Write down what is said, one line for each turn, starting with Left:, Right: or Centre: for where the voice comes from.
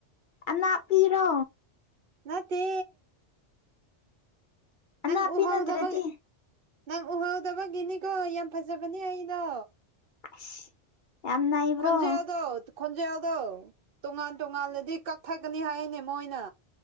Left: ꯑꯅꯥꯞꯄꯤꯔꯣ
Right: ꯅꯠꯇꯦ ꯅꯪ
Left: ꯑꯅꯥꯞꯄꯤ
Right: ꯎꯍꯧꯗꯕꯛ
Left: ꯅꯠꯇ꯭ꯔꯗꯤ
Right: ꯅꯪ ꯎꯍꯧꯗꯕꯒꯤꯅꯤꯀꯣ ꯌꯥꯝ ꯐꯖꯕꯅꯦ ꯑꯩꯗꯣ
Left: ꯑꯁ ꯌꯥꯝ ꯅꯩꯕ꯭ꯔꯣ
Right: ꯈꯣꯟꯖꯦꯜꯗꯣ ꯈꯣꯟꯖꯦꯜꯗꯣ ꯇꯣꯉꯥꯟ ꯇꯣꯉꯥꯟꯂꯗꯤ ꯀꯛꯊꯠꯀꯅꯤ ꯍꯥꯏꯌꯦꯅꯦ ꯃꯣꯏꯅ